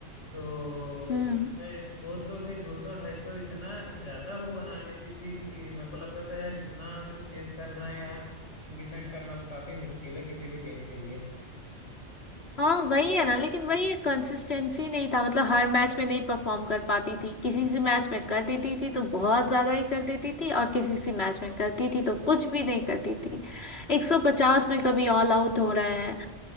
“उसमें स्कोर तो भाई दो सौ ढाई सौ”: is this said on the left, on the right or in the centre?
Left